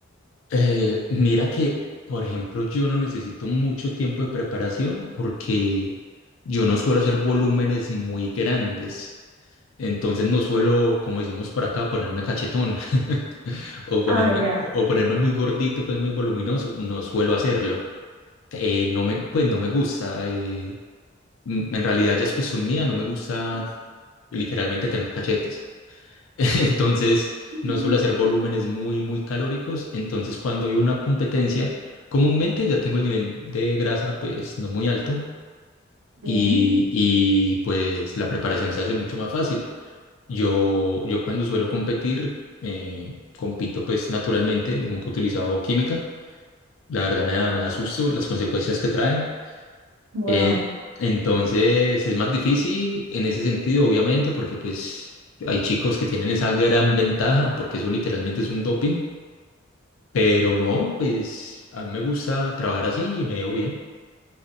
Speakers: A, on the left; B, on the right.
A: Eh, mira que, por ejemplo, yo no necesito mucho tiempo de preparación porque yo no suelo hacer volúmenes muy grandes. Entonces no suelo, como decimos por acá, ponerme cachetón <laughs> o ponerme,
B: Ah, ya.
A: o ponerme muy gordito, pues muy voluminoso. No suelo hacerlo. Eh, no me, pues no me gusta. eh, m- en realidad ya es cuestión mía, no me gusta literalmente tener cachetes. <laughs> Entonces,
B: Mm,
A: no suelo hacer volúmenes muy, muy calóricos. Entonces, cuando hay una competencia, comúnmente ya tengo el nivel de grasa, pues, no muy alto
B: Bien,
A: y, y pues la preparación se hace mucho más fácil. Yo, yo cuando suelo competir, eh, compito pues naturalmente, nunca he utilizado química. La verdad me da, me da susto las consecuencias que traen.
B: wow.
A: Eh, entonces es más difícil en ese sentido, obviamente, porque pues hay chicos que tienen esa gran ventaja, porque eso literalmente es un doping, pero no, pues a mí me gusta trabajar así y me veo bien.